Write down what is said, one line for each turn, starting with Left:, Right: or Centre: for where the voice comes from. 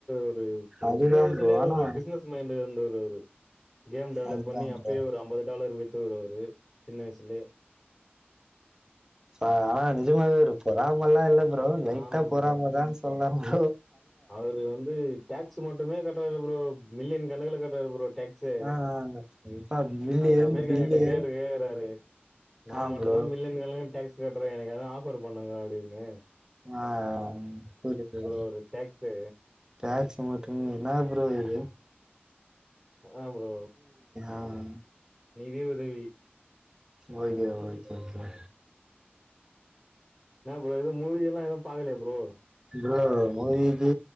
Centre: ஒரு ஒரு
Right: அதுதா
Centre: சின்ன வயசுலயே
Right: ப்ரோ ஆனா
Centre: ஒரு பிசினஸ் மைண்ட் ஒரு ஒரு கேம் டெவலப்
Right: அதுதா
Centre: பண்ணி அப்படியே
Right: ப்ரோ
Centre: ஒரு அம்பது டாலர் வெத்து தோ அவரு சின்ன வயசிலே
Right: ஆனா நிஜமரு பொறாமல்லா இல்ல ப்ரோ லைட்டா
Centre: ஆமா
Right: பொறம
Centre: ப்ரோ
Right: தான்னு சொல்ல ஹவோ
Centre: அவரு வந்து டேக்ஸ் மட்டுமே க ட்டுவரு ப்ரோ மில்லியன் கணக்குல கட்டுவாரு ப்ரோ டாக்ஸ்
Right: ஆ ஆ இப்ப பில்லியன்
Centre: அவர் அமெரிக்கா
Right: பில்லியன்
Centre: கிட்ட கேட்டு கேறாரு நான்
Right: ஆ
Centre: மட்டும்
Right: ப்ரோ
Centre: தான் மில்லியன் கணக்குல டாக்ஸ் கட்டுற எனக்கு ஏன்னா ஆஃபர் பண்ணுங்க அப்படின்னு
Right: ஆஹ் புரிது
Centre: அவரு டேக்ஸு
Right: டாக்ஸ் மட்டுமே என்ன ப்ரோ இது
Centre: அஹ் ப்ரோ
Right: ஆஹ்
Centre: நிதி உதவி
Right: ஓகே ஓகே ப்ரோ
Centre: நா ப்ரோ ஏத மூவி எல்லாம் எதுவும் பாக்கலயா ப்ரோ
Right: ப்ரோ மூவீக்கி